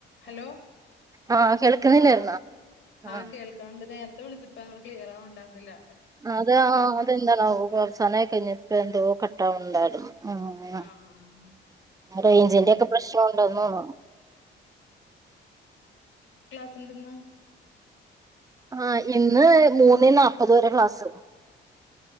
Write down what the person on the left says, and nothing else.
Hello
ആഹ
ആ കേൾക്കണ്ട് നേര ത്തെ വിളിച്ചപ്പ അവി ക്ലിയർ ആവ് ഉണ്ടാവുർന്നില്ല
ആഹ് ആഹ്
ഉം
സ്റ്റണ്ട്ന്ന്